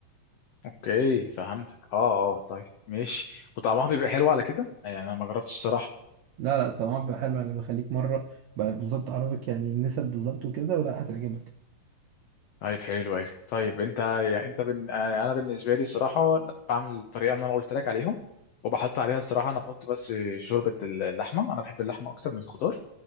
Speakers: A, on the left; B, on the right.
A: اوكي فهمتك اه اه طيب ماشي وطعمها بيبقى حلو على كده يعني انا ما جربتش الصراحه
B: لا لا طبعا بيبقى حلو انا بخليك مره بقى بالظبط اعرفك يعني النسب بالظبط وكده ولا هتعجبك
A: طيب حلو أوي طيب أنت يعني أنت بن... آه، أنا بالنسبة لي صراحة بعمل الطريقة اللي أنا قلت لك عليهم وبحط عليها الصراحة أنا بحط بس شوربة اللحمة أنا بحب اللحمة أكتر من الخضار